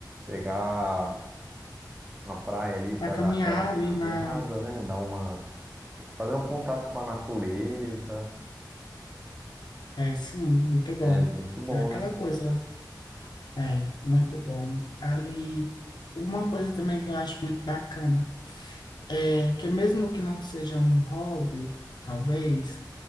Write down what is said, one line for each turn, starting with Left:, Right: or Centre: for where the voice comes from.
Right: pegar a praia ali para
Left: Para caminhar
Right: dar aquela caminhada,
Left: ali na,
Right: né? Dar uma Fazer um contato com a natureza
Left: é, sim, muito bom.
Right: é muito bom,
Left: É aquela
Right: né?
Left: coisa É, muito bom. Ali, uma coisa também que eu acho muito bacana é que mesmo que não seja um hobby, talvez,